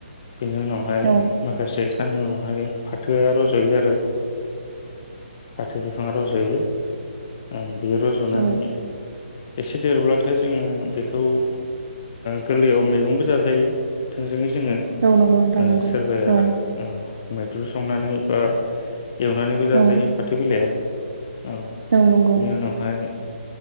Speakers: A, on the left; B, on the right.
A: बिनि उनावहाय
B: औ
A: माखासे साननि उनावहाय फाथोआ रजायो आरो। फाथो बिफाङा रज'यो। औ बेयो रज'नानै
B: औ
A: एसे देरब्लाथाय जोङो बेखौ ओ गोरलयाव मैगंबो जाजायो थोंजोङै जोङो
B: औ नंगौ नोंथां
A: ओ
B: नंगौ
A: सोरबाया
B: औ
A: औ मैद्रु संनानै बा एवनानैबो जाजायो
B: औ
A: फाथो बिलाइया। औ
B: औ नंगौ
A: बेनि उनावहाय